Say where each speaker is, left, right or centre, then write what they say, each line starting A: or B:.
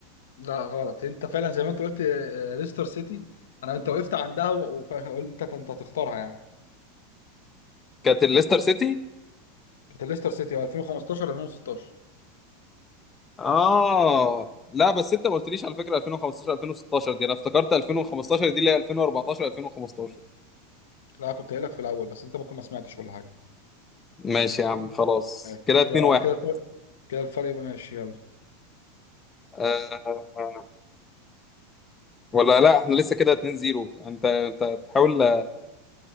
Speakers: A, on the left (about 80°); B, on the left (about 20°).
A: لا غلط انت فعلا زي ما انت قلت آه، ليستر سيتي انا انت وقفت عندها وقلت انت هتختارها يعني
B: كانت الليستر سيتي
A: كانت ليستر سيتي آه، 2015 2016
B: اه لا بس انت ما قلتليش على فكره 2015 2016 دي انا افتكرت 2015 دي اللي هي 2014 2015
A: لا كنت قايلك في الاول بس انت ممكن ما سمعتش ولا حاجه
B: ماشي يا عم خلاص
A: ماشي
B: كده 2
A: كده
B: 1
A: كده الفرق- كده الفرق يبقى ماشي يلا
B: آه آه. آه. ولا لا احنا لسه كده 2 0 انت انت تحاول